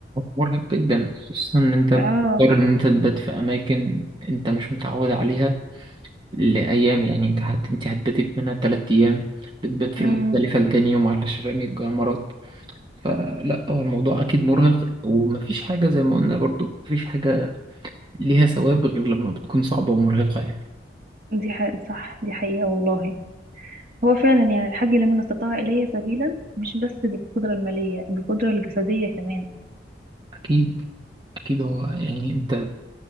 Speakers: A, on the right; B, on the right.
A: مرهق جدا خصوصا ان انت بتضطر
B: اه
A: ان انت تبات في اماكن انت مش متعود عليها لايام يعني انت هت... انت هتبات منها تلات ايام بتبات في
B: امم
A: المختلفه لتاني يوم على شرامي الجمرات فلا هو الموضوع اكيد مرهق ومفيش حاجه زي ما قلنا برضو مفيش حاجه ليها ثواب غير لما بتكون صعبه ومرهقه يعني
B: دي حقيقة صح دي حقيقة والله هو فعلا يعني الحاج لمن استطاع إليه سبيلا مش بس بالقدرة المالية بالقدرة الجسدية كمان
A: اكيد اكيد هو يعني انت